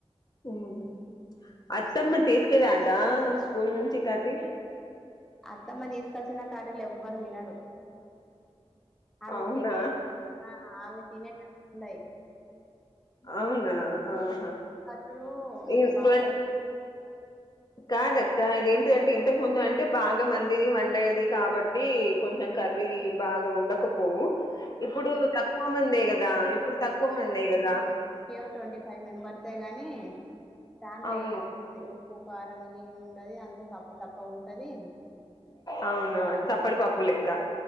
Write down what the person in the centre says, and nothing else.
అత్తమ్మ తీసుకోస్లిన కడలు ఎవ్వరు తినరు ఆవి
తినే ఆ తినే టన్నాయి
కత్రులు
బార్ల్
ఏమో ట్వంటీ ఫైవ్ మెంబర్ తే కాని దాంట్లో
ఏం ఉప్ ఉప్పు కారం ఏమి ఉండది అంత సప్ప సప్ప ఉంటది